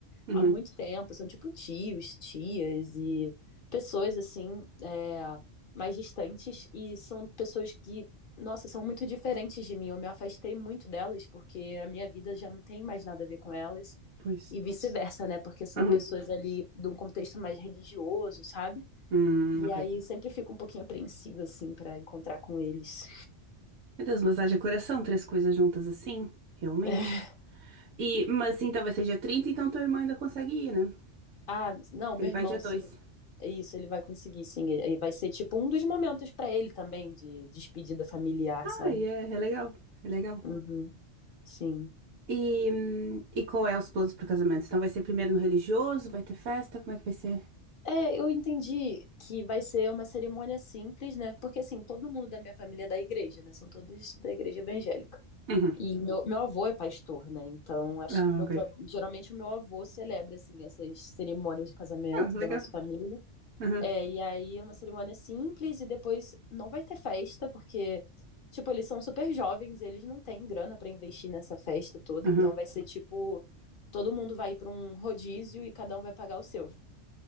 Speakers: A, on the right (about 85°); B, on the left (about 55°).
A: Uhum.
B: há muito tempo, são tipo tios, tias e pessoas assim, é, mais distantes, e são pessoas que, nossa, são muito diferentes de mim. Eu me afastei muito delas porque a minha vida já não tem mais nada a ver com elas,
A: Pois.
B: e vice-versa, né? Porque são
A: Uhum.
B: pessoas ali de um contexto mais religioso, sabe?
A: Hum,
B: E
A: ok.
B: aí sempre fico um pouquinho apreensiva, assim, pra encontrar com eles.
A: Meu Deus, mas haja coração, três coisas juntas assim? Realmente?
B: <laughs>
A: E, mas então vai ser dia 30, então teu irmão ainda consegue ir, né?
B: Ah, não,
A: Que
B: meu
A: ele vai
B: irmão,
A: dia 2.
B: sim. Isso, ele vai conseguir, sim. E e vai ser tipo um dos momentos pra ele também de despedida familiar, sabe?
A: Ai, é, é legal. É legal.
B: Uhum, sim.
A: E, hum, e qual é os planos pro casamento? Então vai ser primeiro no religioso, vai ter festa, como é que vai ser?
B: É, eu entendi que vai ser uma cerimônia simples, né? Porque assim, todo mundo da minha família é da igreja, né? São todos da igreja evangélica.
A: Uhum.
B: E meu, meu avô é pastor, né? Então, acho
A: Ah,
B: que meu
A: ok.
B: pró- geralmente o meu avô celebra assim essas cerimônias de casamento
A: Ah, legal.
B: da nossa família.
A: Uhum.
B: É, e aí é uma cerimônia simples e depois não vai ter festa, porque, tipo, eles são super jovens, eles não têm grana pra investir nessa festa toda,
A: Uhum.
B: então vai ser tipo, todo mundo vai para um rodízio e cada um vai pagar o seu.